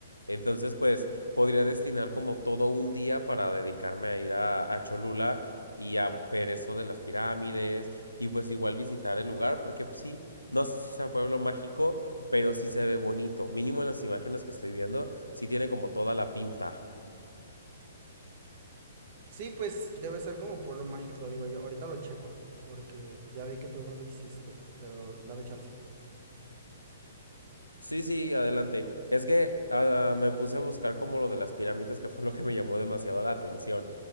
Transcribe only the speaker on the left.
Entonces, pues podría destinar como todo un día para dedicarme a ir a, a Cholula y a ver eso de las pirámides y pues igual visitar el lugar porque pues, sí, no sé si sea pueblo mágico, pero sí se ve bonito. Mínimo en las imágenes que estoy viendo, sí tiene como toda la pinta.
Sí, sí, adelante. Es que ah, me puse a buscar como lo de las pirámides, que fue lo que me llamó demasiado la atención.